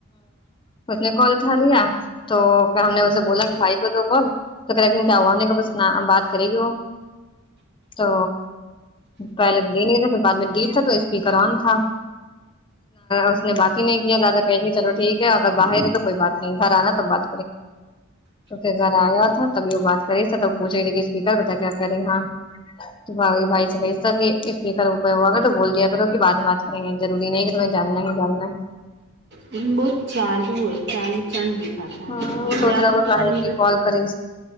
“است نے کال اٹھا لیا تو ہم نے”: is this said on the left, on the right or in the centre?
Left